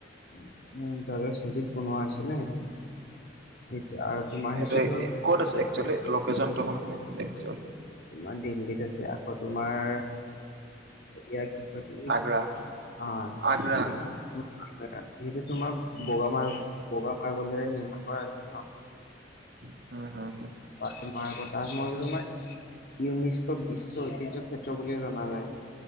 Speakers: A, on the left; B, on the right.
A: <unintelligible> স্মৃতিত বনোৱা হৈছিলে সেইটো, সেইটো আৰু তোমাৰ
B: সেইটোয়ে,
A: সেইটো ধৰ
B: ক'ত আছে এক্সুৱেলী, লোকেচন টো কোনখিনত, এক্সুৱেল।
A: তোমাৰ দেল্লীত আছে, আকৌ তোমাৰ এয়া কি কয় <inaudible>
B: আগ্ৰা
A: অ'-
B: আগ্ৰা
A: সেইটো তোমাৰ বগা মাৰ, বগা মাৰ্বলেৰে নিৰ্মাণ কৰা হৈছিল ন'?
B: উম, উম।
A: তোমাৰ আকৌ, তাজমহলটো তোমাৰ ইউনেস্কো বিশ্ব ঐতিহ্য ক্ষেত্ৰ বুলি জনা যায়